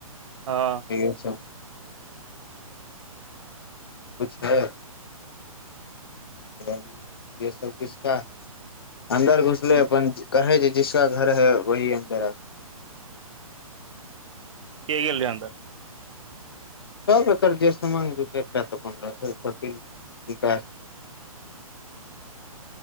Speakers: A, on the right; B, on the left.
A: हँ
B: <unintelligible> छ है सभ भऽ गेल सब, किसकऽ छै? अन्दर घुसले
A: हूँ
B: अपन कहै। जिसका घर है वही अन्दर आ अच्छा
A: के गेल रहे अंदर?
B: सभ एकर जे समान दू चारिटा तऽ अपन रहे विकास